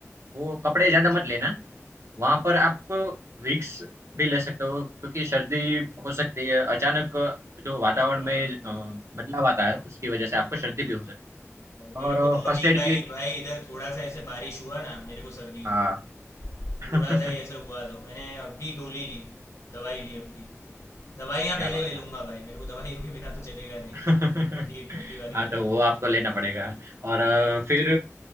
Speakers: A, on the right; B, on the left.
A: वो कपड़े ज्यादा मत लेना वहां पर आप विक्स भी ले सकते हो क्योंकि सर्दी हो सकती है अचानक जो वातावरण
B: हाँ,
A: में अ, बदलाव आता है उसकी वजह से आपको सर्दी भी हो सकती है
B: मेरे
A: और
B: को तो
A: फर्स्ट
B: अभी
A: एड
B: भाई
A: किट
B: भाई इधर थोड़ा सा ऐसे बारिश हुआ ना मेरे को सर्दी हो
A: हाँ
B: गई
A: <laughs>
B: थोड़ा सा ही ऐसे हुआ तो मैंने अभी गोली ली दवाई ली अभी दवाइयाँ
A: क्या
B: पहले
A: बात
B: ले लूंगा भाई मेरे को दवाइयों के बिना तो चलेगा नहीं
A: है <laughs>
B: ठंडी ठंडी वाली
A: हाँ
B: जगह
A: तो वो
B: पे
A: आपको लेना पड़ेगा और अ, फिर